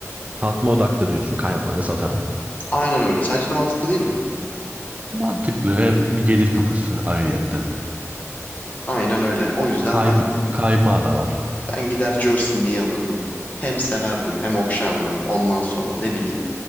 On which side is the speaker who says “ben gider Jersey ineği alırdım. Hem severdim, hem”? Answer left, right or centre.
Left